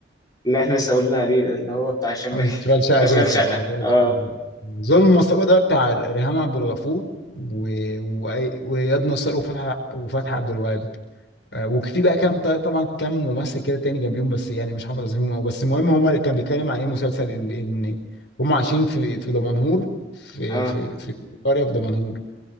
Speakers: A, on the left; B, on the left.
A: اللي احنا لسه قلنا عليه ده اللي هو بتاع هشام
B: آه،
A: ماجد
B: اشتغل
A: <laughs>
B: شائع
A: اشغال
B: جدا
A: شقه
B: اه اشتغل
A: اه
B: شائع جدا ظلم المصطبة ده بتاع ريهام عبد الغفور و... و... واياد نصار وفتحي وفتحي عبد الوهاب آه، وفي بقى كام طبعا كام ممثل كده تاني جنبيهم بس يعني مش حافظ اسمهم او بس المهم هو كان بيتكلم عن ايه مسلسل ان إن هم عايشين في في دمنهور في
A: اه
B: في في قريه في دمنهور